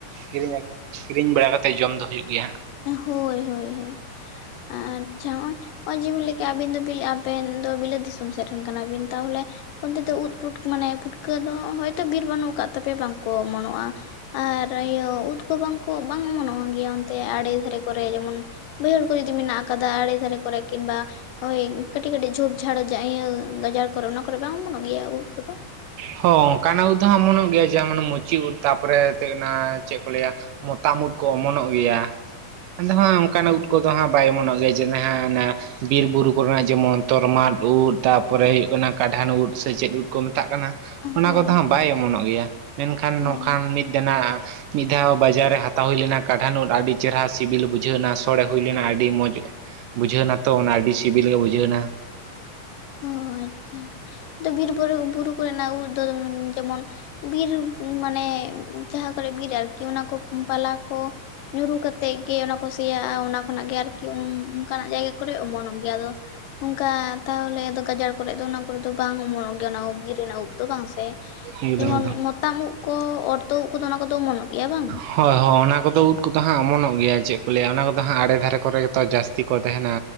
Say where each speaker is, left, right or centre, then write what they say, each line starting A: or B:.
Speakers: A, on the right; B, on the left.
A: ᱠᱤᱨᱤᱧ ᱟᱹ ᱠᱤᱨᱤᱧ ᱵᱟᱲᱟ ᱠᱟᱛᱮᱫ ᱡᱚᱢ ᱫᱚ ᱦᱩᱭᱩᱜ ᱜᱮᱭᱟ ᱦᱟᱸᱜ᱾
B: ᱦᱳᱭ ᱦᱳᱭ ᱦᱳᱭ ᱟᱪᱪᱷᱟ ᱱᱚᱜᱼᱚᱭ ᱱᱚᱜᱼᱚᱭ ᱡᱮ ᱵᱮᱱ ᱞᱮᱭ ᱠᱮᱫ ᱟᱹᱵᱤᱱ ᱫᱚ ᱵᱤᱞᱟ. ᱟᱵᱮᱱ ᱫᱚ ᱵᱤᱞᱟᱹᱛ ᱫᱤᱥᱚᱢ ᱥᱮᱫ ᱨᱮᱱ ᱠᱟᱱᱟ ᱵᱤᱱ ᱛᱟᱦᱚᱞᱮ ᱚᱱᱛᱮ ᱫᱚ ᱩᱫ ᱯᱩᱴᱠᱟᱹ ᱢᱟᱱᱮ ᱯᱩᱴᱠᱟᱹ ᱫᱚ ᱦᱚᱳᱭᱛᱳ ᱵᱤᱨ ᱵᱟᱹᱱᱩᱜ ᱠᱟᱫ ᱛᱟᱯᱮᱭᱟ ᱵᱟᱝᱠᱚ ᱚᱢᱚᱱᱚᱜᱼᱟ᱾ ᱟᱨ ᱤᱭᱟᱹ ᱩᱫ ᱠᱚ ᱵᱟᱝ ᱠᱚ ᱵᱟᱝ ᱚᱢᱚᱱᱚᱜ ᱜᱮᱭᱟ ᱚᱱᱛᱮ ᱟᱲᱮ ᱫᱷᱟᱨᱮ ᱠᱚᱨᱮ ᱡᱮᱢᱚᱱ ᱵᱟᱹᱭᱦᱟᱹᱲ ᱠᱚ ᱡᱩᱫᱤ ᱢᱮᱱᱟᱜ ᱟᱠᱟᱫᱟ ᱟᱲᱮ ᱫᱷᱟᱨᱮ ᱠᱚᱨᱮ ᱠᱤᱝᱵᱟ ᱳᱭ ᱠᱟᱹᱴᱤᱡ ᱠᱟᱹᱴᱤᱡ ᱡᱷᱩᱯ ᱡᱷᱟᱲ ᱤᱭᱟᱹ ᱜᱟᱡᱟᱲ ᱠᱚᱨᱮ ᱚᱱᱟ ᱠᱚᱨᱮ ᱵᱟᱝ ᱚᱢᱚᱱᱚᱜ ᱜᱮᱭᱟ ᱩᱫ ᱠᱚᱫᱚ᱾
A: ᱦᱚᱸ ᱚᱱᱠᱟᱱᱟᱜ ᱩᱫ ᱫᱚ ᱚᱢᱚᱱᱚᱜ ᱜᱮᱭᱟ ᱡᱮᱢᱚᱱ ᱢᱩᱪᱤ ᱩᱫ ᱛᱟᱯᱚᱨᱮ ᱛᱮᱜ ᱚᱱᱟ ᱪᱮᱫ ᱠᱚ ᱞᱟᱹᱭᱟ᱾ ᱢᱚᱛᱟᱢ ᱩᱫ ᱠᱚ ᱚᱢᱚᱱᱚᱜ ᱜᱮᱭᱟ ᱮᱱ ᱫᱚᱦᱟᱜ ᱚᱱᱠᱟᱱᱟᱜ ᱩᱫ ᱩᱫ ᱠᱚᱫᱚ ᱦᱟᱸ ᱵᱟᱭ ᱚᱢᱚᱱᱚᱜ ᱜᱮᱭᱟ ᱡᱮ ᱱᱟᱦᱟ ᱚᱱᱟ ᱵᱤᱨ ᱵᱩᱨᱩ ᱠᱚᱨᱮᱱᱟᱜ ᱡᱮᱢᱚᱱ ᱛᱚᱨᱢᱟᱫ ᱩᱫ ᱛᱟᱨ ᱯᱚᱨᱮ ᱦᱩᱭᱩᱜ ᱠᱟᱱᱟ ᱠᱟᱰᱷᱟᱱ ᱩᱫ᱾ ᱥᱮ ᱪᱮᱫ ᱩᱫ ᱠᱚ ᱢᱮᱛᱟᱜ ᱠᱟᱱᱟ? ᱢᱮᱛᱟᱜ ᱠᱟᱱᱟ
B: ᱚ
A: ᱚᱱᱟ
B: ᱦᱳᱭ
A: ᱠᱚᱫᱚ ᱦᱟᱸᱜ ᱵᱟᱭ ᱚᱢᱚᱱᱚᱜ ᱜᱮᱭᱟ ᱢᱮᱱ ᱠᱷᱟᱱ ᱱᱚᱝᱠᱟᱱ
B: ᱚ
A: ᱱᱤᱫ ᱫᱚ ᱦᱟᱸᱜ ᱢᱤᱫ ᱫᱷᱟᱣ ᱵᱟᱡᱟᱨ ᱨᱮ ᱦᱟᱛᱟᱣ ᱦᱩᱭ ᱞᱮᱱᱟ ᱠᱟᱰᱷᱟᱱ ᱩᱫ ᱟᱹᱰᱤ ᱪᱮᱦᱨᱟ ᱥᱤᱵᱤᱞ ᱵᱩᱡᱷᱟᱹᱣᱱᱟ ᱥᱚᱲᱮ ᱦᱩᱭ ᱞᱮᱱᱟ ᱟᱹᱰᱤ ᱢᱚᱡᱽ᱾ ᱵᱩᱡᱷᱟᱹᱣ ᱮᱱᱟ ᱛᱚ ᱚᱱᱟ ᱟᱹᱰᱤ ᱥᱤᱵᱤᱞ ᱜᱮ ᱵᱩᱡᱷᱟᱹᱣ ᱮᱱᱟ᱾
B: ᱚ ᱟᱪᱪᱷᱟ ᱛᱚ ᱵᱤᱨ ᱵᱩᱨᱩ ᱵᱩᱨᱩ ᱠᱚᱨᱮᱱᱟᱜ ᱩᱫ ᱫᱚ ᱡᱮᱢᱚᱱ ᱵᱤᱨ ᱢᱟᱱᱮ ᱡᱟᱦᱟᱸ ᱠᱚᱨᱮ ᱵᱤᱨ ᱟᱨᱠᱤ ᱚᱱᱟ ᱠᱚ ᱯᱟᱞᱟ ᱠᱚ ᱧᱩᱨᱩ ᱠᱟᱛᱮᱫ ᱜᱮ ᱚᱱᱟ ᱠᱚ ᱥᱮᱭᱟᱜᱼᱟ ᱚᱱᱟ ᱠᱷᱚᱱᱟᱜ ᱜᱮ ᱟᱨᱠᱤ ᱚᱱᱠᱟᱱᱟᱜ ᱡᱟᱭᱜᱟ ᱠᱚᱨᱮ ᱚᱢᱚᱱᱚᱜ ᱜᱮᱭᱟ᱾ ᱟᱫᱚ ᱚᱱᱠᱟ ᱛᱟᱦᱚᱞᱮ ᱜᱟᱡᱟᱲ ᱠᱚᱨᱮ ᱫᱚ ᱚᱱᱟ ᱠᱚᱨᱮ ᱫᱚ ᱵᱟᱝ ᱚᱢᱚᱱᱚᱜ ᱜᱮᱭᱟ ᱚᱱᱟ ᱵᱤᱨ ᱨᱮᱱᱟᱜ ᱩᱫ ᱫᱚ ᱵᱟᱝ ᱥᱮ
A: ᱮᱠᱫᱚᱢ
B: ᱡᱮᱢᱚᱱ
A: ᱮᱠᱫᱚᱢ
B: ᱵᱚᱛᱟᱢ ᱩᱫ ᱠᱚ ᱚᱨ ᱛᱩᱫ ᱩᱫ ᱠᱚᱫᱚ ᱚᱱᱟ ᱠᱚᱫᱚ ᱚᱢᱚᱱᱚᱜ ᱜᱮᱭᱟ᱾ ᱵᱟᱝ?
A: ᱦᱳᱭ ᱦᱳᱭ ᱚᱱᱟ ᱠᱚᱫᱚ ᱩᱫ ᱠᱚᱫᱚ ᱦᱟᱸᱜ ᱚᱢᱚᱱᱚᱜ ᱜᱮᱭᱟ ᱪᱮᱫ ᱠᱚ ᱞᱟᱹᱭᱼᱟ ᱚᱱᱟ ᱠᱚᱫᱚ ᱦᱟᱸᱜ ᱟᱲᱮ ᱫᱷᱟᱨᱮ ᱠᱚᱨᱮ ᱜᱮᱛᱚ ᱡᱟᱹᱥᱛᱤ ᱠᱚ ᱛᱟᱦᱮᱱᱟ᱾